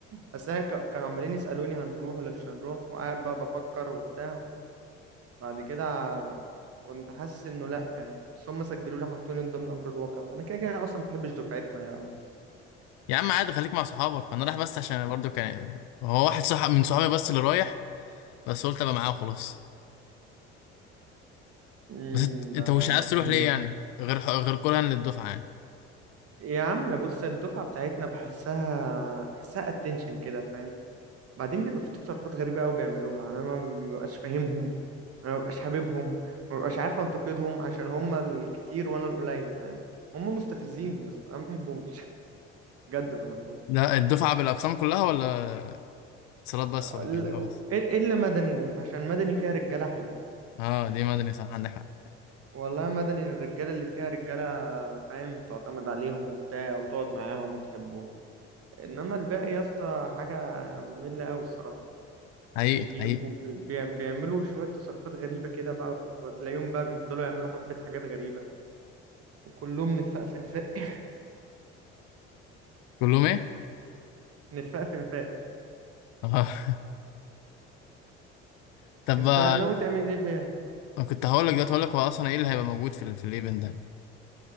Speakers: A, on the right (about 40°); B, on the left (about 55°).
A: بس هي ك- كانوا عمالين يسالوني هنروح ولا مش هنروح وقاعد بقى بفكر وبتاع بعد كده ع- كنت حاسس انه لا يعني بس هم سجلوا لي حطوني من ضمن امر الواقع انا كده كده اصلا ما بحبش دفعتنا يا عم
B: يا عم عادي خليك مع صحابك انا رايح بس عشان برضو كان هو واحد صاحب من صحابي بس اللي رايح بس قلت ابقى معاه وخلاص
A: امم
B: بس انت أنت
A: ده
B: مش عايز اه
A: <laughs>
B: تروح ليه يعني غير غير كرها للدفعه يعني
A: يا عم بص الدفعه بتاعتنا بحسها بحسها اتنشن كده فاهم بعدين بيبقى في تصرفات غريبة قوي بيعملوها انا ما ببقاش فاهمهم انا ما ببقاش حاببهم ما ببقاش عارف انتقدهم عشان هم الكتير وانا القليل فاهم هم مستفزين يا اسطى انا ما بحبهمش <laughs> بجد ما بحبهمش
B: ده الدفعة بالأقسام كلها ولا اتصالات بس
A: ال-
B: ولا كهرباء بس؟
A: الا مدني عشان مدني فيها رجالة حلوة
B: اه دي مدني صح عندك حق
A: والله مدني الرجالة اللي فيها رجالة فاهم تعتمد عليهم وبتاع وتقعد معاهم وتحبهم انما الباقي يا اسطى حاجة مملة قوي الصراحة
B: حقيقي
A: بي- بيبقوا
B: حقيقي
A: بي- بي- بيعملوا شوية تصرفات غريبة كده بقى وتلاقيهم بقى بيفضلوا يعملوا حبة حاجات غريبة وكلهم نفاق في نفاق <laughs>
B: كلهم ايه؟
A: نفاق في نفاق
B: اه <laughs> طب
A: انت
B: آه،
A: ناوي تعمل ايه فيها؟
B: أنا كنت هقول لك دلوقتي هقول لك هو أصلا ايه اللي هيبقى موجود في ال- في الايفنت ده؟